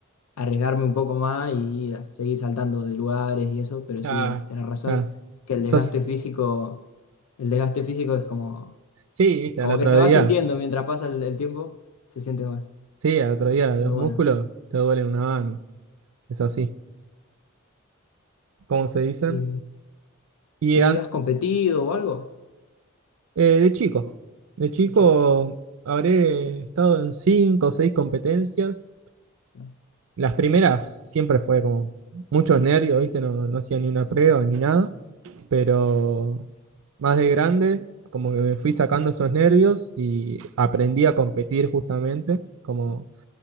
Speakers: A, on the left; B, on the right.
A: arriesgarme un poco más y a- seguir saltando de lugares y eso. Pero
B: Ah,
A: sí, tenés razón
B: ah,
A: que el desgaste
B: sos-
A: físico, el desgaste físico es como,
B: Sí, viste,
A: como
B: al otro
A: que se va
B: día.
A: sintiendo mientras pasa el, el tiempo, se siente más.
B: Sí, al otro día los
A: Pero
B: músculos
A: bueno.
B: te duelen una banda. Es así, ¿cómo se dicen?
A: ¿Y,
B: Y
A: y
B: an-
A: has competido o algo?
B: eh, de chico, de chico
A: de chico?
B: habré estado en cinco o seis competencias.
A: No.
B: Las primeras siempre fue como muchos nervios, ¿viste? No, no hacía ni una
A: Sí,
B: prueba ni nada, pero más de grande, como que me fui sacando esos nervios y aprendí a competir justamente, como